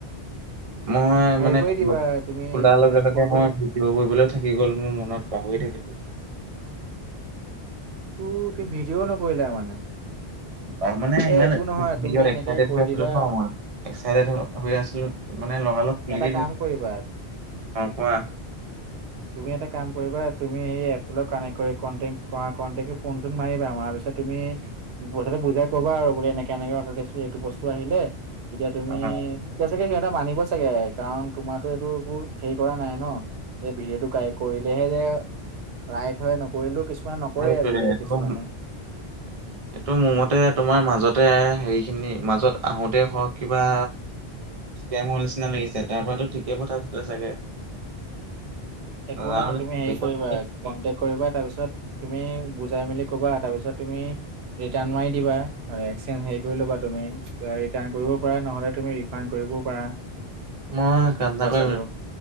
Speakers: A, on the right; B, on the right.
A: মই
B: হেৰি
A: মানে
B: কৰি
A: খো
B: দিবা
A: -খোলাৰ
B: তুমি
A: লগে
B: এ
A: - লগে
B: ফটোটো
A: মই
B: মোক
A: কিব <unintelligible> বলে থাকি গ'ল মোৰ মনত পাহৰি থাকিলোঁ।
B: অ, কি ভিডিঅ নকৰিলা মানে?
A: তাৰ মানে ইমান
B: এ একো নহয়
A: <unintelligible>
B: তুমি এনেকে
A: এক্সাটেড
B: কৈ
A: হৈ
B: দিবা
A: আছিলো ন' মই। এক্সাটেড হৈ -হৈ আছিলোঁ মানে লগালগ খুলিয়ে
B: এটা
A: দিলো
B: কাম কৰিবা
A: অ, কোৱা?
B: তুমি এটা কাম কৰিবা তুমি এই এপটোৰ লগত কানেক্ট কৰি কণ্টেন কৰা কণ্টেকে ফোন চোন মাৰিবা মাৰা পিছত তুমি বস্তুটো বুজাই ক'বা আৰু বুলি এনেকে -এনেকে অৰ্ডাৰ দিছিলো এইটো বস্তু আহিলে এতিয়া তুমি
A: অ',
B: এতিয়া চাগে সিহঁতে মানিব চাগে কাৰণ তোমাৰটো এইটো একো হেৰি কৰা নাই ন'। এই ভিডঅ'টো কাই কৰিলেহে গে ৰাইট হয় ন'। কৰিলোঁ কিছুমান নকৰে
A: সেইটোৱে
B: আজিকালি
A: এইটো
B: কিছুমানে।
A: <inaudible> এইটো মোৰ মতে তোমাৰ মাজতে হেৰি খিনি মাজত আহোতে হ'ক কিবা ইস্কেমু নিচিনা লাগিছে তাৰ পৰাতো ঠিকেই পথাইচিলে কথা চাগে।
B: একো
A: নাজানো
B: নাই
A: নে
B: তুমি হেৰি
A: কৰিব
B: কৰিবা
A: লাগে।
B: কনটেক কৰিবা তাৰপিছত তুমি বুজাই মেলি কবা তাৰপিছত তুমি ৰিটাৰ্ণ মাৰ দিবা আ এক্সচেঞ্জ হেৰি কৰি ল'বা তুমি <unintelligible> ৰিটাৰ্ণ কৰিব পৰা নহ'লে তুমি প্ৰেঙ্ক কৰিবও পাৰা।
A: মই <unintelligible>
B: পইচাটো।